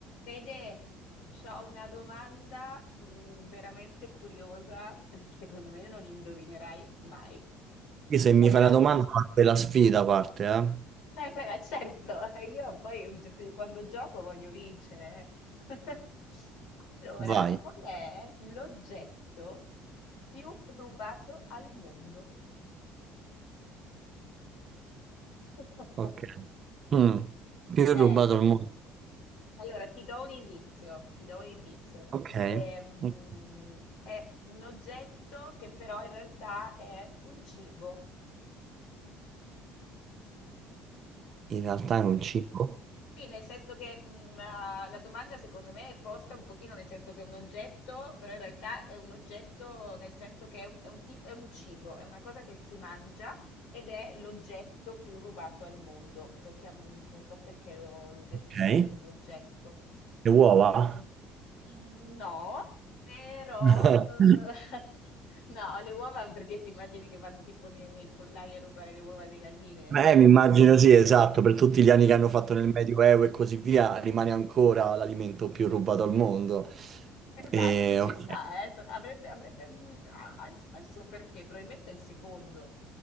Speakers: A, on the left; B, on the right.
A: Fede, c'ho una domanda mm, veramente curiosa, <laughs> secondo me non indovinerai mai.
B: Quindi se
A: Allora,
B: mi fai una domanda parte la sfida, parte, eh?
A: eh beh, ma certo, <laughs> io poi gi- quando gioco voglio vincere. <laughs> Allora,
B: Vai.
A: qual è l'oggetto più rubato al mondo? <laughs>
B: Ok. Mm. Più
A: Eh,
B: rubato al mondo.
A: allora ti do un indizio, ti do un indizio.
B: Ok.
A: Ehm,
B: Ok.
A: è un oggetto che però in realtà è un cibo,
B: In realtà è un cibo.
A: Sì, nel senso che mm, la la domanda secondo me è posta un pochino nel senso che è un oggetto, però in realtà è un oggetto nel senso che è un, è un tip- è un cibo, è una cosa che si mangia ed è l'oggetto più rubato al mondo. Lo chiam- non so perché lo, lo descrivono
B: Ok.
A: come oggetto.
B: Le uova?
A: Ehm, mm, no, però
B: <laughs>
A: eh, <laughs> no, le uova perché ti immagini che vanno tipo nei, nei pollai a rubare le uova alle galline?
B: Beh, mi immagino sì, esatto, per tutti gli
A: <laughs>
B: anni che hanno fatto nel Medioevo e così via, rimane ancora l'alimento più rubato al mondo.
A: Esatto,
B: E,
A: ci
B: ok.
A: sta, eh, sa- avrebbe, avrebbe un- ha, ha il ha il suo perché, probabilmente è il secondo.